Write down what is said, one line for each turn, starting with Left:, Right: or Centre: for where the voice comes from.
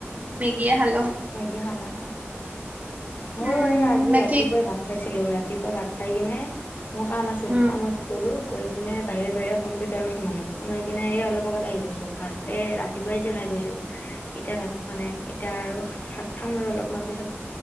Right: মেগীয়ে খালোঁ।
Left: মগিয়ে খালা, উম। মইয়ো
Right: উম
Left: এই আজি
Right: বাকী
Left: ৰাতিপুৱাই ভাত খাইছিলো। ৰাতিপুৱা ভাত খাই কিনে মোৰ কাম আছিল।
Right: উম
Left: কামত গ'লো গৈ কিনে বাহিৰে বাহিৰে কম্পিউটাৰত সোমালোঁ সোমাই কিনে এই অলপ আগত আহিছোঁ। ভাতে ৰাতিপুৱাই যে খাই গৈছোঁ। এতিয়া ভাত খোৱা নাই, এতিয়া আৰু ভাত খাম আৰু অলপমান পিছত।